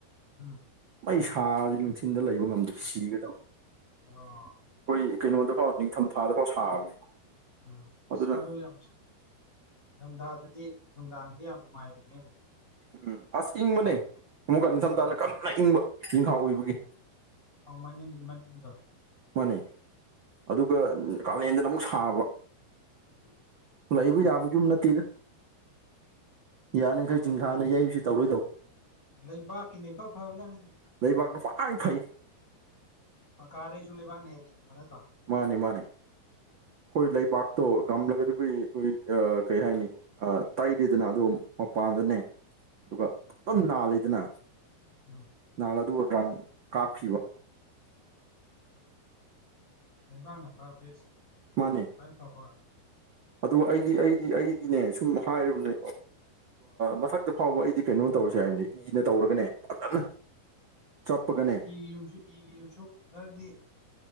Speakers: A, on the left; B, on the right.
A: ꯎꯝ
B: ꯃꯩ ꯁꯥꯗꯤ ꯅꯨꯡꯊꯤꯟꯗ ꯂꯩꯕ ꯉꯝꯗꯦ ꯁꯤꯒꯦ ꯇꯧꯏ ꯑꯩꯈꯣꯏ
A: ꯑꯣ
B: ꯀꯩꯅꯣꯗꯐꯥꯎ ꯅꯤꯡꯊꯝ ꯊꯥꯗꯐꯥꯎ ꯁꯥꯕꯅꯤ
A: ꯎꯝ
B: ꯑꯗꯨꯅ
A: <inaudible> ꯅꯤꯡꯊꯝ ꯊꯥꯗꯗꯤ ꯅꯨꯡꯗꯥꯡꯗꯤ ꯌꯥꯝ ꯅꯨꯡꯉꯥꯏꯕꯅꯦ
B: ꯎꯝ ꯑꯁ ꯏꯪꯕꯅꯦ ꯑꯃꯨꯛꯀ ꯅꯤꯡꯊꯝꯊꯥꯅ
A: ꯎꯝ
B: ꯀꯟꯅ ꯏꯪꯕ ꯅꯤꯡꯊꯝ ꯑꯣꯏꯕꯒꯤ
A: ꯑꯥ ꯃꯅꯤꯡ ꯃꯅꯤꯡꯗꯣ
B: ꯃꯥꯅꯦ ꯑꯗꯨꯒ ꯀꯥꯂꯦꯟꯗꯅ ꯑꯃꯨꯛ ꯁꯥꯕ
A: ꯎꯝ <inaudible>
B: ꯂꯩꯕ ꯌꯥꯕ ꯌꯨꯝ ꯅꯠꯇꯦꯗ ꯌꯥꯅꯈꯩ
A: ꯍꯣꯏꯗ
B: ꯆꯤꯡꯈꯥꯅ ꯌꯩꯕꯁꯤ ꯇꯧꯔꯣꯏꯗꯧꯅꯤ
A: ꯂꯩꯕꯥꯛꯀꯤꯅ ꯏꯐ ꯐꯕꯖꯥꯠꯅꯤꯗ
B: ꯂꯩꯕꯥꯛꯇ ꯈ꯭ꯋꯥꯏ ꯐꯩ
A: ꯄꯀꯥꯗꯩꯁꯨ ꯂꯩꯕꯥꯛꯅꯦꯗꯤ ꯌꯦꯡꯕ ꯅꯠꯇ꯭ꯔꯣ
B: ꯃꯥꯅꯦ ꯃꯥꯅꯦ ꯑꯩꯈꯣꯏ ꯂꯩꯕꯥꯛꯇꯣ ꯉꯝꯂꯒꯗꯤ ꯑꯩꯈꯣꯏ ꯀꯩ ꯍꯥꯏꯅꯤ ꯇꯩꯗꯦꯗꯅ ꯑꯗꯨ ꯃꯄꯥꯟꯗꯅꯦ ꯑꯗꯨꯒ ꯑꯗꯨꯝ ꯅꯥꯜꯂꯤꯗꯅ
A: ꯎꯝ
B: ꯅꯍꯥꯟ ꯑꯗꯨꯕꯨ ꯔꯝ ꯀꯥꯞꯈꯤꯕ
A: <unintelligible>
B: ꯃꯥꯅꯦ
A: ꯈ꯭ꯋꯥꯏ ꯐꯕ
B: ꯑꯗꯨ ꯑꯩꯗꯤ ꯑꯩꯗꯤ ꯑꯩꯗꯤꯅꯦ ꯁꯨꯝ ꯍꯥꯏꯔꯕꯅꯦ ꯃꯊꯛꯇ ꯐꯥꯎꯕ ꯑꯩꯗꯤ ꯀꯩꯅꯣ ꯇꯧꯔꯁꯦ ꯍꯥꯏꯕꯅꯤ ꯏꯅ ꯇꯧꯔꯒꯅꯦ ꯐꯖꯅ ꯆꯞꯄꯒꯅꯦ
A: ꯎ ꯁꯤ ꯌꯨꯝꯁꯦ ꯏꯒꯤ ꯌꯨꯝꯁꯨꯨ ꯐꯖꯅꯗꯤ